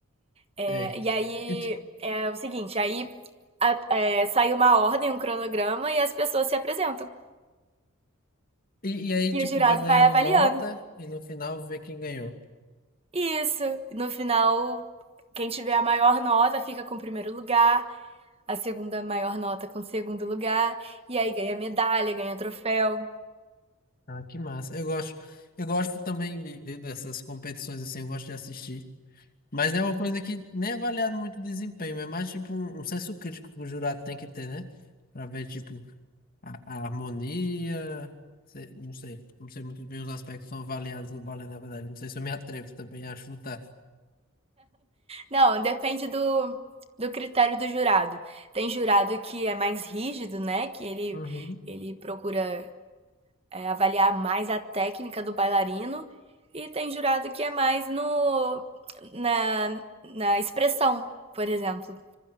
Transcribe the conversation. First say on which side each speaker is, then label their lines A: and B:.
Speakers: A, on the right; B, on the left.
A: É,
B: é
A: e aí,
B: E, ti-
A: é o seguinte, aí a- é, sai uma ordem, um cronograma, e as pessoas se apresentam.
B: e, e aí, tipo,
A: E o jurado
B: vai ganhando
A: vai avaliando.
B: nota e no final vê quem ganhou.
A: Isso, no final, quem tiver a maior nota fica com o primeiro lugar. a segunda maior nota com o segundo lugar, e aí ganha medalha, ganha troféu.
B: Ah, que massa. Eu gosto, eu gosto também de- de- dessas competições assim, eu gosto de assistir. Mas é uma coisa que nem é avaliado muito o desempenho, é mais tipo um, um senso crítico que o jurado tem que ter, né? Pra ver, tipo, a, a harmonia. se- não sei, não sei muito bem os aspectos que são avaliados no balé, na verdade. Não sei se eu me atrevo também a chutar.
A: Não, depende do, do critério do jurado. Tem jurado que é mais rígido, né? Que ele,
B: Uhum.
A: ele procura é, avaliar mais a técnica do bailarino, e tem jurado que é mais no na, na expressão, por exemplo.